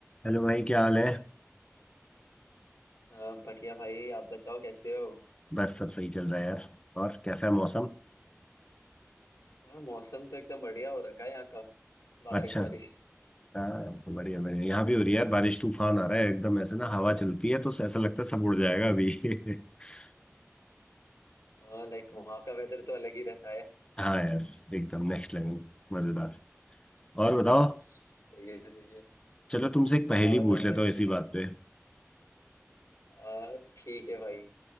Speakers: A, on the left (about 20°); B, on the left (about 90°).
A: Hello भाई क्या हाल है
B: हाँ बढ़िया भाई आप बताओ कैसे हो
A: बस सब सही चल रहा है यार और कैसा है मौसम
B: हाँ मौसम तो एकदम बढ़िया हो रखा है यहाँ का बारिश
A: अच्छा
B: बारिश
A: हाँ तो बढ़िया बढ़िया यहाँ भी हो
B: हाँ
A: रही है यार बारिश तूफान आ रहा है एकदम ऐसे ना हवा चलती है तो ऐसा लगता है सब उड़ जाएगा अभी <laughs>
B: हाँ लाइक वहाँ का वेदर तो अलग ही रहता है
A: हाँ यार एकदम नेक्स्ट लेवल मजेदार और बताओ
B: <laughs> सही है सही है
A: चलो तुमसे एक पहेली
B: क्या बताऊँ
A: पूछ लेता
B: भाई
A: हूँ इसी
B: चलो
A: बात पे
B: आ, ठीक है भाई